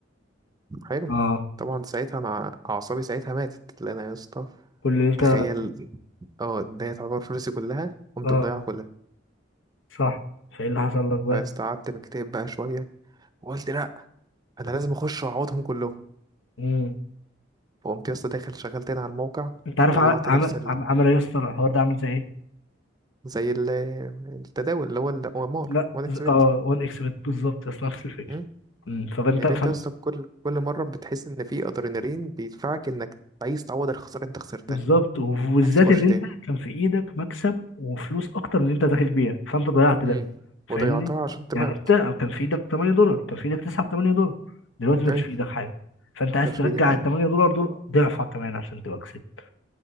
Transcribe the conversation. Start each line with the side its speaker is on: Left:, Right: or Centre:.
Right: حلو
Left: اه
Right: طبعا ساعتها أنا أعصابي ساعتها ماتت لأن أنا يا اسطى
Left: كل اللي انت
Right: تخيل اه ده تعتبر فلوسي كلها قمت
Left: اه
Right: مضيعها كلها
Left: صح فايه اللي حصل لك بقى
Right: فاستقعدت مكتئب بقى شوية وقلت لأ أنا لازم أخش وأعوضهم كلهم
Left: مم.
Right: فقمت يا اسطى داخل شغال تاني على الموقع
Left: انت عارف
Right: طلعت
Left: ع- عمل
Right: نفس
Left: عم- عمل يا اسطى الحوار ده عامل زي ايه
Right: زي ال- التداول اللي هو الأمار
Left: لا
Right: وأنا
Left: ز-
Right: كسبت
Left: اه 1 اكس بت بالظبط بس نفس الفكره
Right: مم.
Left: مم. فانت
Right: اللي
Left: فانت
Right: أنت أصلا كل كل مرة بتحس إن في أدرينالين بيدفعك إنك عايز تعوض الخسارة اللي أنت خسرتها
Left: بالظبط وبالذات
Right: عايز تخش
Left: ان انت
Right: تاني
Left: كان في ايدك مكسب وفلوس اكتر من اللي انت داخل بيها فانت ضيعت ده
Right: امم
Left: فاهمني
Right: وضيعتها عشان طمعت
Left: يعني انت كان في ايدك 8 دولار كان في ايدك 9 ب 8 دولار دلوقتي انت
Right: أيوة
Left: مش في ايدك حاجه فانت عايز
Right: مش
Left: ترجع
Right: في دي حاجة
Left: ال 8 دولار دول ضعفها كمان عشان تبقى كسبت